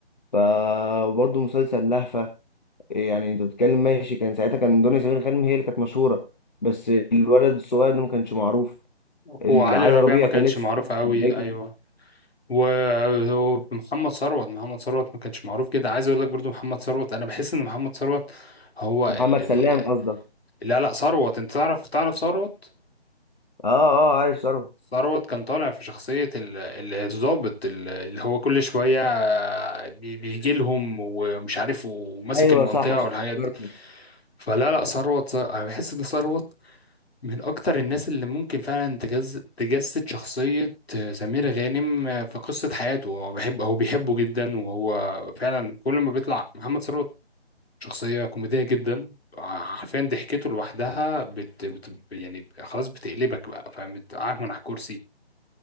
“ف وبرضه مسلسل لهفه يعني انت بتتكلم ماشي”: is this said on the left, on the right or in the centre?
Left